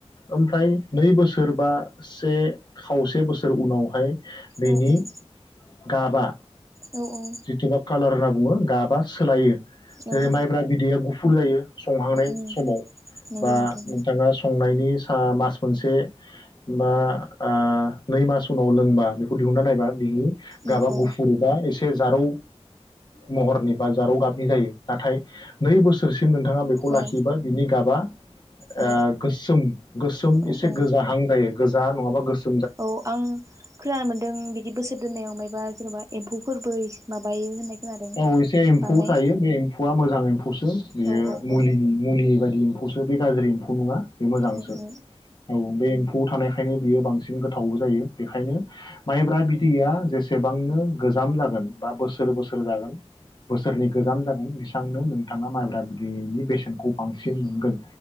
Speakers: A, on the left (about 40°); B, on the right (about 30°).
A: ओमफ्राय नै बोसोर बा से खावसे बोसोर उनावहाय बेनि
B: औ औ
A: गाबा
B: औ औ
A: जिथुबा कालार होनना बुङो गाबा सोलायो
B: औ
A: जेरै
B: उम
A: माइब्रा बिदैया गुफ फुर जायो। संहांनाय
B: उम
A: समाव
B: नंगौ
A: बा
B: नोंथां
A: नोंथाङा संनाय नि सा मास मोनसे बा ओ नै मास उनाव लोंबा बेखौ दिहुनना नायबा बि
B: औ
A: गाबा
B: औ
A: गुफुर बा एस जारौ महरनि बा जारौ गाबनि जायो नाथाय नै बोसोरस सिम नोंथाङा बेखौ लाखिबा
B: औ
A: बिनि गाबा ओ
B: औ
A: गोसोम गोसोम
B: औ
A: एसे
B: औ
A: गोजाहां जायो गोज जा नङाबा गोस
B: औ आं खोनानो मोनदों बिदि बोस दोननायाव मायबा जेनबा एम्फौ फोरबोय माबायो होननाय खोनादों
A: औ एसे एम्फौ
B: बानाय
A: थायो बे एम्फौआ मोजां एम्फौस <unintelligible> बेयो
B: औ औ
A: मुलिनि
B: औ
A: मुलि बादि फौसो बे गाज्रि एम्फौ नङा। बे मोजांसो
B: औ औ
A: औ बे फौ थानायखायनो बियो बांसिन गोथाव जायो बेखायनो माइब्रा बिदैया जेस सेबांनो गोजाम जागोन बा बोसोर बोस सोर जागोन बोसोरनि गोजाम जागोन बिस थांनो नोंथाङा माइब्रा बिदैनि बेसेनखौ बांसिन मोनगोन।